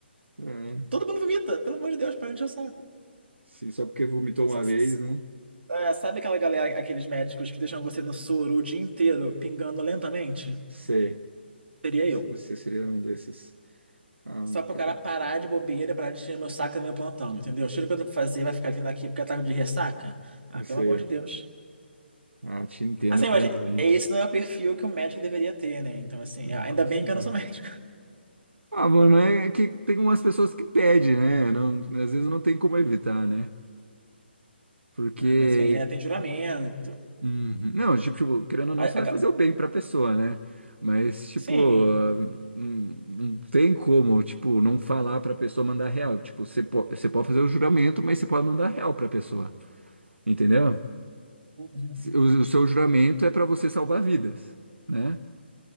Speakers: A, on the right; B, on the right.
A: É.
B: todo mundo vomita. Pelo amor de Deus, para de encher o saco.
A: Sim, só porque vomitou
B: Sa-
A: uma
B: sa-
A: vez,
B: sa-
A: né?
B: é, Sabe aquela galera, aqueles médicos que deixam você no soro o dia inteiro, pingando lentamente?
A: Sei.
B: Seria eu.
A: Você seria um desses. Ah,
B: Só pro
A: pronto.
B: cara parar de bobeira, parar de tirar meu saco do meu plantão, entendeu? Cheiro que eu tô pra fazer, vai ficar vindo aqui porque eu tava de ressaca? Ah,
A: Não sei.
B: pelo amor de Deus.
A: Ah, te entendo
B: Assim,
A: plenamente.
B: mas esse não é o perfil que o médico deveria ter, né? Então, assim,
A: Não
B: ainda
A: consigo.
B: bem que eu não sou <laughs> médico.
A: Ah, mano, é é que tem umas pessoas que pedem, né? Não- às vezes não tem como evitar, né? Porque
B: Ah, Mas, enfim, né? Tem juramento.
A: Uhum. Não, tipo, tipo, querendo ou não,
B: A-
A: você vai
B: a
A: fazer
B: ga-
A: o bem pra pessoa, né? Mas, tipo,
B: Sim.
A: ah, hum, não tem como, tipo, não falar pra pessoa mandar real. Tipo, você, po você pode fazer o juramento, mas você pode mandar real pra pessoa, entendeu?
B: Uhum.
A: O, o seu juramento é pra você salvar vidas, né?